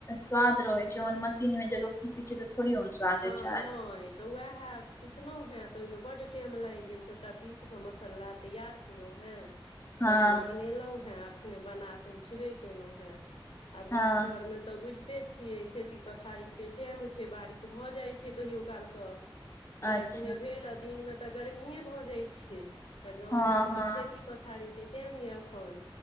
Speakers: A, on the left; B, on the left.
A: स्वाद रहै छै मशीन मे ज लोको पीसै छै थोड़ी ओहन स्वाद
B: हँ
A: होइ छै
B: न तऽ वएह उएह पिसलहुँ हेँ तऽ ओहिमे बड्ड टाइम लागि गेल सभटा पीस कऽ मसाला तैयार केलहुँ हेँ
A: हँ
B: तहन बनेलहुँ हेँ एखने बना कऽ उठबे केलहुँ हेँ आब
A: हँ
B: गाँं घर मे तऽ बुझिते छियै खेती पथारी के टाइम छै बारिश तअ अ जाइ छै कहियो काल क
A: अच्छा
B: राइत मे भेल आ दिन मे तऽ गर्मिये भऽ जाइ छै तऽ गाँव
A: हँ
B: घरमे
A: हँ
B: तऽ खेती पथारीके टाइम यऽ अखन